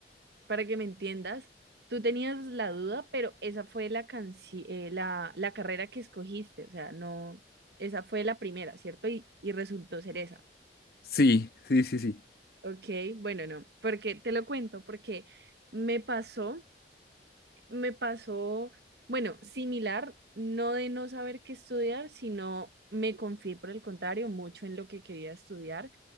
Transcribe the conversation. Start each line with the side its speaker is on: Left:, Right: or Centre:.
Right: para que me entiendas, tú tenías la duda, pero esa fue la canci- eh, la, la carrera que escogiste, o sea, no, esa fue la primera, ¿cierto? Y, y resultó ser esa.
Left: Sí, sí, sí, sí.
Right: Ok, bueno, no, porque te lo cuento, porque me pasó, me pasó, bueno, similar, no de no saber qué estudiar, sino me confié por el contrario mucho en lo que quería estudiar